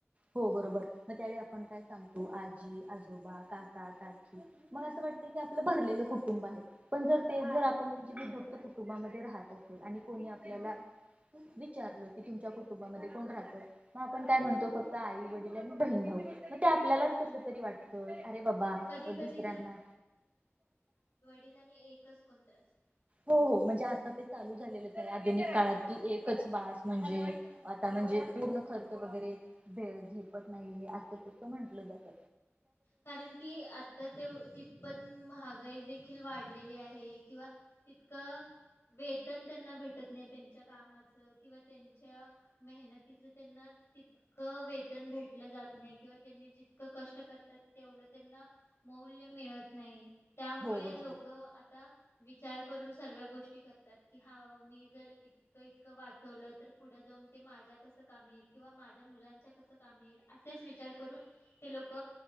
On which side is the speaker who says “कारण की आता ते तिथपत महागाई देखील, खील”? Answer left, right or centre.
Left